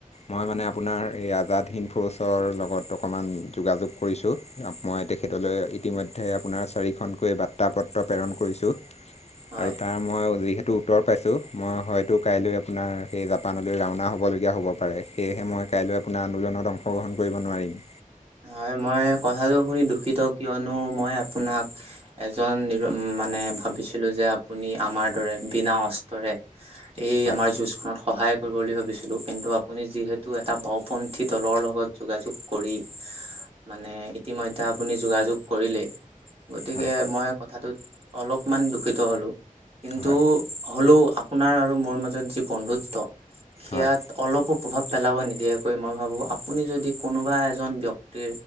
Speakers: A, on the left (about 50°); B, on the right (about 45°).
A: মই মানে আপোনাৰ এই আজাদ হিন্দ ফ'চৰ লগত অকণমান যোগাযোগ কৰিছোঁ? মই তেখেতলৈ ইতিমধ্যে আপোনাৰ চাৰিখনকৈ বাৰ্তা পত্ৰ প্ৰেৰণ কৰিছো?
B: হয়
A: আৰু তাৰ মই যিহেতু উত্তৰ পাইছো মই হয়তো কাইলৈ আপোনাৰ? সেই জাপানলৈ ৰাওনা হ'বলগীয়া হ'ব পাৰে সেয়েহে মই কাইলৈ আপোনাৰ আন্দোলনত অংশগ্ৰহণ কৰিব নোৱাৰিম।
B: হয় মই কথাটো শুনি দুখিত কিয়নো মই আপোনাক এজন। মানে ভাবিছিলো যে আপুনি আমাৰ দৰে বিনা অস্ত্ৰৰে। এই
A: হয়
B: আমাৰ যুজ খনত সহায় কৰিব বুলি ভাবিছিলো কিন্তু। আপুনি যিহেতু এটা বাওঁপন্থী দলৰ লগত যোগাযোগ কৰি। মানে ইতিমধ্যে আপুনি যোগাযোগ কৰিলেই। গতিকে
A: হয় হয়
B: মই কথাটোত অলপমান দূখিত হলো। কিন্তু
A: হয়
B: হ'লেও আপোনাৰ আৰু মোৰ মাজত যি বন্ধুত্ব। সেয়াত
A: হয়
B: অলপো প্ৰভাৱ পেলাব নিদিয়াকৈ মই ভাবো আপুনি যদি কোনোবা এজন। ব্যক্তি